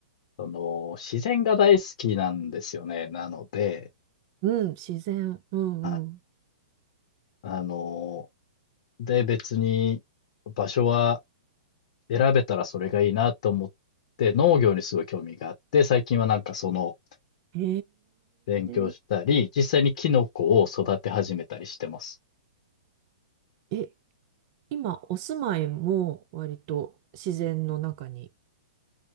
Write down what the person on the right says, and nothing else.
うん自然。うん、
うん。
へ
え。
え、今、お住まいも割と自然の中に